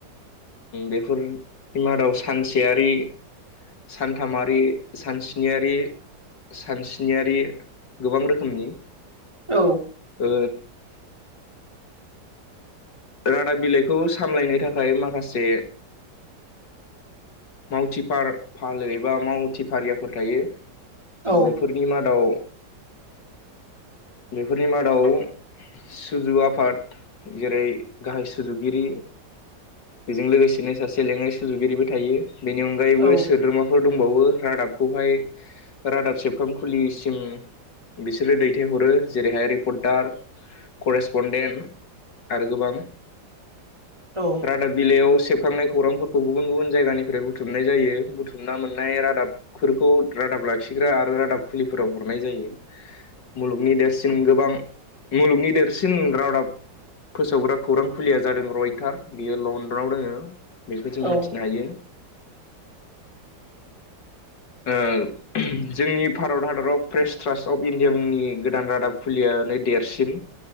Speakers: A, on the left; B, on the right.
A: बेफोरनि मादाव सानसेयारि सानथामारि सानस्नि नियारि सानस्निनियारि गोबां रोखोमनि
B: औ
A: ओ रादाब बिलाइखौ सामलायनो थाखाय माखासे मावथि फालो एबा मावथि फारियाफोर थायो
B: औ
A: बे फोरनि मादाव बेफोरनि मादाव सुजु आफाद जेरै गाहाय सुजुगिरि बेजों लोगोसेनो सासे लेङाइ सुजुगिरिबो थायो। बेनि अनगायैबो
B: औ
A: सोद्रोमा फोर दंबावो रादाबखौहाय रादाब सेबखांखुलिसिम बिसोरो दैथायहरो। जेरैहाय रिपर्टार करेसपनडेन्ट आरो गोबां
B: औ
A: रादाब बिलाइयाव सेबखांनाय खौरांफोरखौ गुबुन गुबुन जायगानिफ्राय बुथुमनाय जायो बुथुमना मोननाय रादाब फोरखौ रादाब लाखिग्रा आरो रादाब फुलिफोराव हरनाय जायो। मुलुगनि देरसिन गोबां मुलुगनि देरसिन रादाब फोसावग्राखौ खौरां खुलिया जादों रयटार बियो लण्डनाव दोङो बेखौ जों
B: औ
A: मिथिनो हायो। ओ जोंनि भारत हादराव फ्रेस ट्रास्ट अफ इण्डिया मुंनि गोदान रादाब खुलियानो देरसिन।